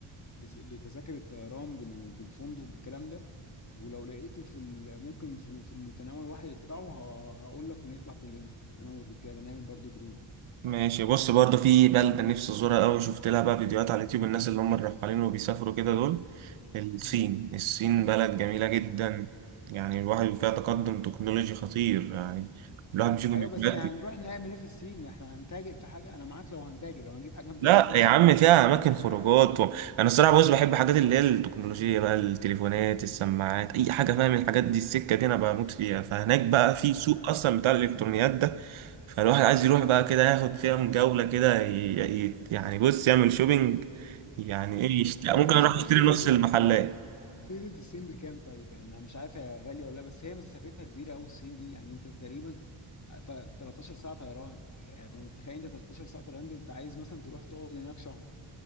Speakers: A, on the left; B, on the right.
A: بس- بتذاكر الطيران بال- بالفندق بالكلام ده ولو لقيته في ال- ممكن في في المتناول واحد يطلعوا ه- هقول لك ونطلع كلنا انا والرجاله نعمل برضو جروب
B: ماشي بص برضه في بلدة نفسي أزورها أوي شفت لها بقى فيديوهات على اليوتيوب الناس اللي هم الرحالين وبيسافروا كده دول الصين
A: مم.
B: الصين بلد جميلة جدا يعني الواحد فيها تقدم تكنولوجي خطير يعني الواحد بيشوف
A: ايوه
B: الفيديوهات
A: بس هنروح نعمل ايه في الصين ما احنا هنتاجر في حاجه انا معاك لو هنتاجر لو هنجيب حاجه نبيعها
B: لا
A: ماشي
B: يا عم فيها اماكن خروجات و... انا الصراحه بص بحب حاجات اللي هي التكنولوجيا بقى التليفونات السماعات اي حاجه فاهم الحاجات دي السكه دي انا بموت فيها فهناك بقى في
A: حلوة
B: سوق
A: دي
B: اصلا بتاع الالكترونيات ده فالواحد عايز يروح بقى كده ياخد فيها من جوله كده ي... ي... يعني بص يعمل شوبينج يعني ايه
A: بس
B: يشت...
A: تمام
B: ممكن اروح اشتري
A: طب في
B: نص
A: في-
B: المحلات
A: فيزة الصين بكام طيب يعني انا مش عارف هي غاليه ولا لا بس هي مسافتها كبيره قوي الصين دي يعني انت تقريبا ت- 13 ساعه طيران يعني تخيل انت 13 ساعه طيران دي انت عايز مثلا تروح تقعد هناك شهر